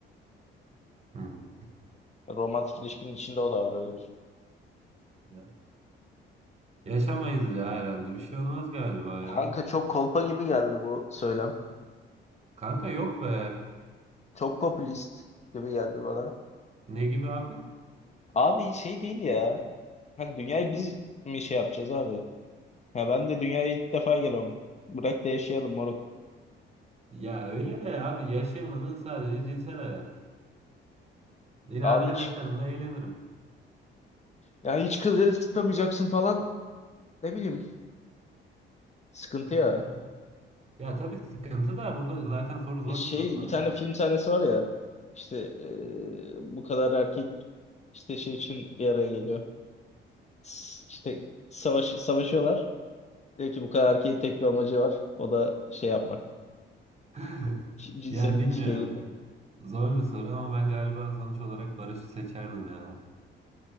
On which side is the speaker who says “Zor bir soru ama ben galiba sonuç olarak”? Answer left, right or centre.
Right